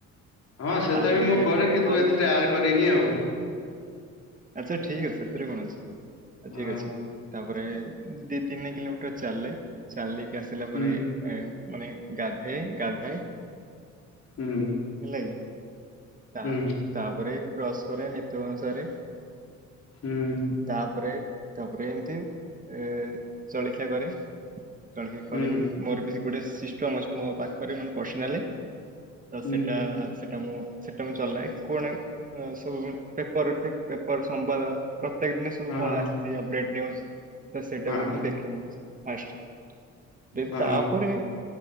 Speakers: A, on the left; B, on the right.
A: ହଁ ସେଟା
B: ତାପରେ
A: ବି ମୁଁ କରେ କିନ୍ତୁ
B: ଘରୁ
A: ଏଥିରେ ଆଡ୍ କରିନି ଆଉ।
B: ଆଚ୍ଛା ଠିକ ଅଛି ସେଥିରେ କଣ ଅଛି। ଏ
A: ହଁ
B: ଠିକ ଅଛି ଥାଉ। ତାପରେ ଦି ତିନି କିଲୋମିଟର୍ ଚାଲେ, ଚାଲି କି ଆସିଲା
A: ହୁଁ
B: ପରେ ଏ ମାନେ ଗାଧେଏ ଗାଧାଏ
A: ହୁଁ
B: ହେଲା କି ତା
A: ହୁଁ
B: ତାପରେ ବ୍ରସ୍ କରେ ନି ତ ଅନୁସାରେ
A: ହୁଁ
B: ତାପରେ ତାପରେ ଏମିତି ଏ ଜଳଖିଆ କରେ। ଜଳଖିଆ
A: ହୁଁ
B: କରିକି ମୋର ବି ଗୋଟେ ସି ଚମଚ ମୋ ପାଖରେ ମାନେ ପର୍ସନାଲେ ତ
A: ହୁଁ
B: ସେଟା ସେ ସେଟ ମୁ ସେଟା ମୁଁ ଚଲାଏ କୁଣ ସବୁ ପେପର ପେପର ସମ୍ପାଦ ପ୍ରତ୍ୟେକ ଦିନ ସବୁ
A: ହଁ
B: କଣ ଆସିଛି ଅପେଟ୍ ଧନ୍ୟ ତ ସେଇଟାକୁ
A: ହଁ
B: ହିଁ ଦେଖେନୁ ଅସ୍ ଦ
A: ହଁ
B: ତାପରେ